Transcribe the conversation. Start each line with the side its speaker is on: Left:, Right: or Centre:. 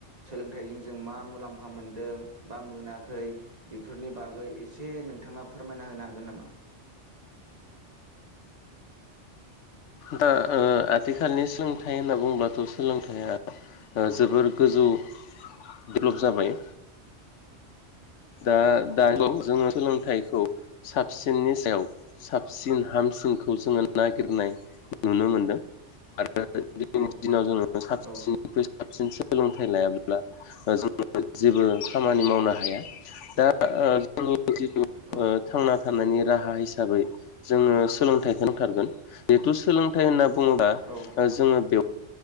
Right: सोलोंथाइजों जों मा मुलाम्फा मोनदों बा मोनाखै बेफोरनि बागै एसे से नोंथाङा फोरमायना होनो हागोन नामा
Left: दा आथिखालनि सोलोंथाइ होनना बुंबाथ' सोलोंथाइया जोबोर गोजौ डेभेलप जाबाय दा
Right: औ
Left: द जोङो सोलोंथाइखौ साबसिननि सायाव साबसिन हामसिनखौ जोङो नागिरनाय नुनो मोनदों आरो जोंनि
Right: औ
Left: दिनाव जोङो साबसिननिख्रुइ
Right: औ
Left: साबसिन सोलोंथाइ लायाब्ला जोङ जेबो खामानि मावनो हाया दा जोंनि जिथु
Right: औ
Left: थांना थानायनि राहा हिसाबै जोङो सोलोंथाइखौ थारगोन जिहेथु सोलोंथाइ होनना बुङोब्ला
Right: औ
Left: जोङो बेव